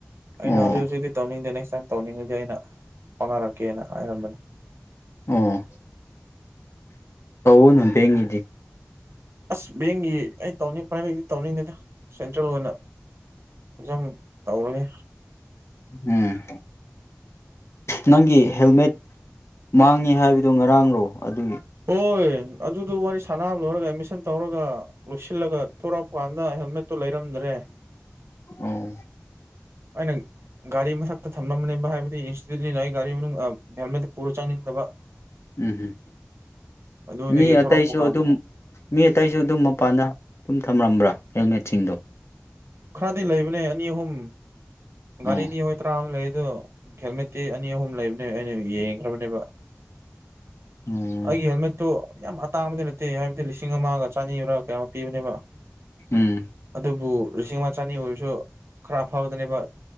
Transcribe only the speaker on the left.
ꯑꯣ
ꯑꯣ ꯀꯟ ꯍꯝꯄꯦꯡꯒꯤꯗꯤ
ꯎꯝ ꯅꯪꯒꯤ ꯍꯦꯜꯃꯦꯠ ꯃꯥꯡꯉꯦ ꯍꯥꯏꯕꯗꯨꯣ ꯉꯔꯥꯡꯔꯣ ꯑꯗꯨꯒꯤ
ꯑꯣ
ꯎꯝ ꯍꯝ
ꯃꯤ
ꯑꯇꯩꯁꯨ
ꯑꯗꯨꯝ ꯃꯤ ꯑꯇꯩꯁꯨ ꯑꯗꯨꯝ ꯃꯄꯥꯟꯗ ꯑꯗꯨꯝ ꯊꯝꯂꯝꯝꯕ꯭ꯔꯥ ꯍꯦꯜꯃꯦꯠꯁꯤꯡꯗꯣ
ꯑꯣ
ꯑꯣ
ꯎꯝ